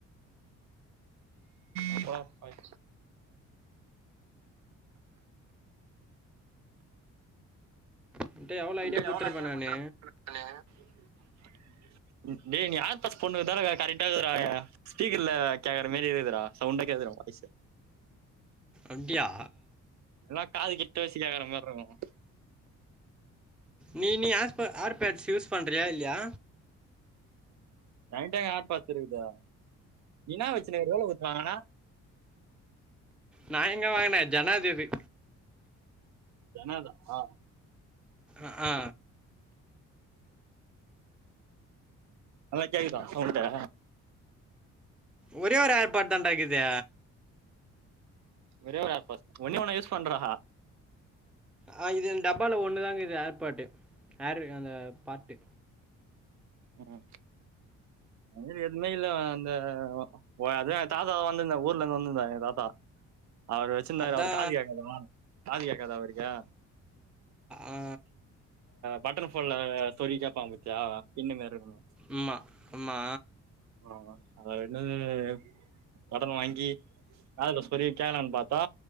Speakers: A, on the right (about 65°); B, in the centre.
A: அப்பா ஹாய்
B: என்கிட்ட எவ்வளோ ஐடியா
A: டேய்
B: கொடுத்துருப்பேன்
A: எவளோ நேரம்தா
B: நான்
A: <unintelligible> டேய் நீ ஆல் பாஸ் பொண்ணுக்கதான கேட்ட ரெண்டாவது தடவையா ஸ்பீக்கர் எல்ல கேக்குற மாரி இருக்குடா சவுண்ட் கேக்குதுடா உன் வாய்ஸ்
B: அப்டியா
A: இதெல்லா காது கிட்ட வச்சு கேற மாரி இருக்கு
B: நீ நீ ஏர்பே ஏர்பேட்ஸ் யூஸ் பண்றியா இல்லையா
A: ஏண்ட எங்க ஏர்பேட்ஸ் இருக்குது என்ன வச்சுருக்க <unintelligible> கானா
B: நா எங்க வாங்குனே ஜனாதி இது
A: ஜனதா ஆ
B: அ ஆ ஆ
A: ஹலோ கேக்குதா சவுண்ட்வு
B: ஒரே ஒரு ஏர்பேட் தாண்ட இருக்குது
A: ஒரே ஒரு ஏர்பேட்ஸ் ஒன்னே ஒன்னு யூஸ் பண்றா
B: ஆ இதில் டப்பாவில ஒன்னு தாங்க இருக்குது ஏர்பேட்டு ஏர் அந்த பார்ட்டு
A: ம் அது மாரி எதுவுமே இல்ல அந்த ஓ அதுதா எங்க தாத்தா வந்துதார் ஊர்ல இருந்து வந்துதார் எங்க தாத்தா அவரு வச்சிருந்தாரு
B: அதா
A: அவரு காது கேட்காதா காது கேட்காதா அவருக்கு ஆ
B: ஆ
A: பட்டன் போன்ல சொருவி கேப்பாங்க பாத்தியா பின்னு மாரி இருக்குமே
B: ம்மா ஆமா
A: ஆ அது <unintelligible> கடன் வாங்கி காதுல சொருவி கேட்கலானு பாத்தா